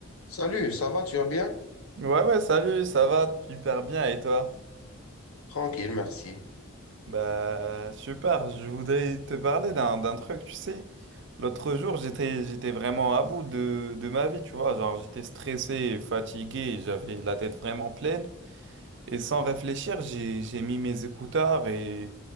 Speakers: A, on the left; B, on the right.
A: Salut, ça va, tu vas bien?
B: Ouais, ouais, salut, ça va hyper bien et toi?
A: Tranquille, merci.
B: Bah, super, je voudrais te parler d'un d'un truc, tu sais. L'autre jour, j'étais j'étais vraiment à bout de, de ma vie, tu vois. Genre, j'étais stressé et fatigué, et j'avais la tête vraiment pleine. Et sans réfléchir, j'ai j'ai mis mes écouteurs et